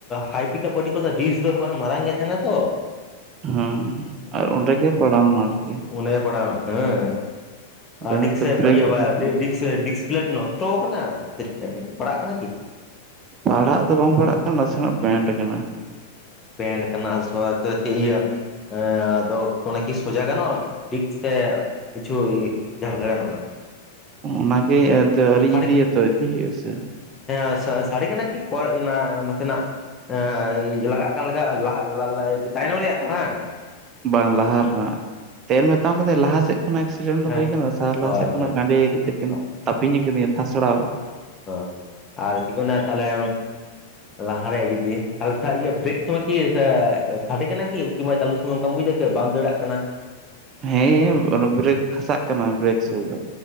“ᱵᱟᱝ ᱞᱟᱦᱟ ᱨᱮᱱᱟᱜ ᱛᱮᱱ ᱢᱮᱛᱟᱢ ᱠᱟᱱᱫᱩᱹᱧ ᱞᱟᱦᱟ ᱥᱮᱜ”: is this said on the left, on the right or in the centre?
Right